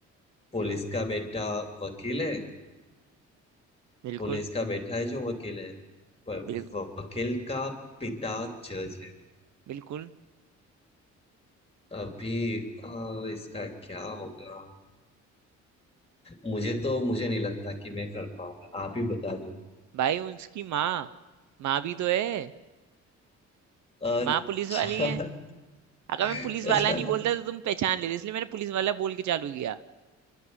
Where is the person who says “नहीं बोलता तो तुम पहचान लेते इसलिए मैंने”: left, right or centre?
Right